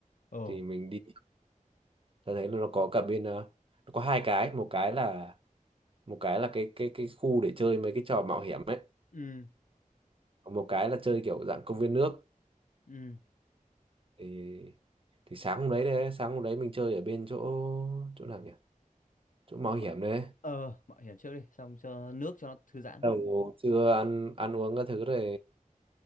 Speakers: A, on the left; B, on the right.
A: ừ
B: thì mình đi ta thấy là nó có cả bên ờ, nó có hai cái một cái là một cái là cái cái cái khu để chơi mấy cái trò mạo hiểm ấy
A: ừ
B: còn một cái là chơi kiểu dạng công viên nước
A: ừ
B: thì thì sáng hôm đấy đấy sáng hôm đấy mình chơi ở bên chỗ chỗ nào nhỉ chỗ mạo
A: M-
B: hiểm đấy
A: ờ mạo hiểm trước đi xong cho nước cho nó thư giãn
B: đầu trưa ăn ăn uống các thứ rồi